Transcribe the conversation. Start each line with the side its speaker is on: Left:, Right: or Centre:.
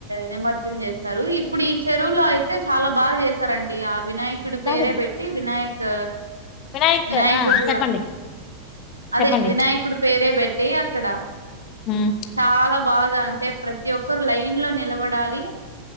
Right: నిమర్జనం చేస్తారు ఇప్పుడు ఇ చెరువులో అయితే చాలా బాగా చేశారండి ఆ వినాయకుడి
Left: తాగొద్దు
Right: పేరే పెట్టి వినాయక్
Left: వినాయక్
Right: వినాయకుడుల్లా
Left: ఆ చెప్పండి
Right: అదే
Left: చెప్పండి
Right: వినయకుడి పేరే పె ట్టి అక్కడ
Left: హ్మ్.
Right: చాలా బాగా అంటే ప్రతి ఒక్కరు లైన్ లో నిలబడాలి